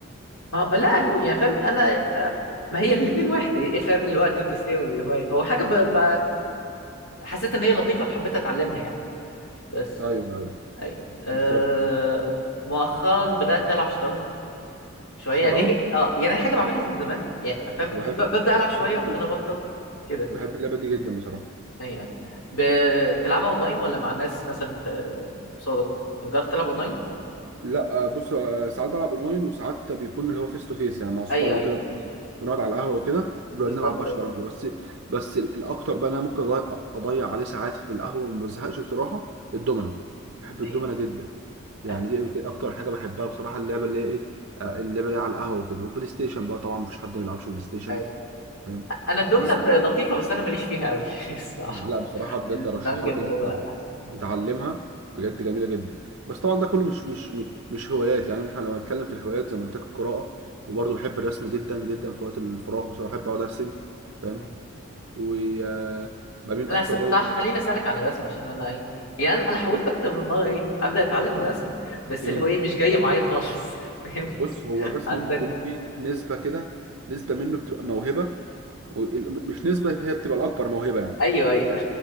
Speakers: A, on the left (about 75°); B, on the right (about 60°).
A: ما هو لا هو يعني فاهم انا آه، ما هي الاثنين واحد ايه الفرق بين الوقت والتسليه والهوايه هو حاجه ب... ب... حسيت ان هي لطيفه فحبيت اتعلمها يعني بس
B: ايوه ايوه
A: ايوه أه...
B: بالظبط
A: مؤخرا بدات العب شطرنج شويه
B: شطرنج
A: يعني هي اه يعني هي حاجه بعملها من زمان يعني فاهم
B: انا
A: كنت
B: بحب
A: ب- ببدا العب شويه
B: بحب
A: وبعدين ابطل كده
B: بحب اللعبه دي جدا بصراحه
A: يعني يعني بتلعبها اونلاين ولا مع ناس مثلا في صادق يعني جربت تلعب اونلاين
B: لا آه، بص آه، ساعات بلعب اونلاين وساعات بيكون اللي هو فيس تو فيس يعني مع اصحابي
A: ايوه
B: وكده
A: ايوه
B: بنقعد على القهوه وكده بنقعد
A: بالظبط
B: نلعب بقى
A: ايوه
B: شطرنج بس بس ال- الاكتر بقى إن انا ممكن أضيع, اضيع عليه ساعات في القهوه وما بزهقش بصراحه الدومنه بحب
A: ايوه
B: الدومنه جدا يعني
A: ايوه
B: دي يمكن اكتر حاجه بحبها بصراحه اللعبه اللي هي ايه آه، اللعبه اللي هي على القهوه وكده والبلاي ستيشن بقى طبعا مفيش حد ما بيلعبش بلاي ستيشن
A: ايوه
B: فاهم
A: انا الدومنه
B: بس
A: ب- لطيفه بس انا ماليش فيها قوي <laughs> الصراحه
B: لا بصراحة بجد
A: الشطرنج
B: أرشحها
A: اللي
B: لك إن
A: هو
B: أنت
A: احسن
B: تتعلمها بجد جميلة جدا بس طبعا ده كله مش مش مش هوايات يعني احنا لو هنتكلم في الهوايات زي ما قلت لك القراءة وبرضه بحب الرسم جدا جدا في وقت الفراغ بصراحة بحب أقعد أرسم فاهم
A: أيوة.
B: وبميل
A: انا
B: أكتر
A: س-
B: برضه
A: صح خليني اسالك عن الرسم عشان انا ايه يعني انا أنا حاولت اكتر من مره ايه ابدا اتعلم الرسم بس
B: مم.
A: اللي هو ايه مش جاي معايا خالص <laughs> فاهم
B: بص هو الرسم
A: عندك
B: بيكون فيه نسبة كده نسبة منه بتبقى موهبة وال- مش نسبة هي بتبقى الأكبر موهبة يعني
A: ايوه ايوه